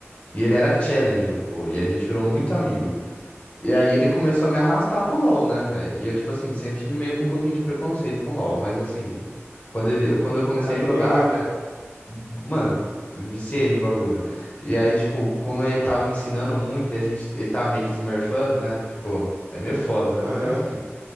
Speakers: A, on the left; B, on the right.
A: E ele era Challenger, pô. E a gente virou muito amigo. E aí ele começou a me arrastar pro LoL, né, velho? E eu, tipo assim, sempre tive meio
B: Uhum.
A: um pouquinho de preconceito com LoL, mas assim, quando ele, quando eu comecei
B: Ah, todo
A: a jogar,
B: mundo.
A: velho, mano, eu viciei no bagulho. E aí, tipo, como ele tava me ensinando muito e a gente, ele tava meio que smurfando, né? Tipo, é meio foda, né?
B: Aham.
A: Mas enfim.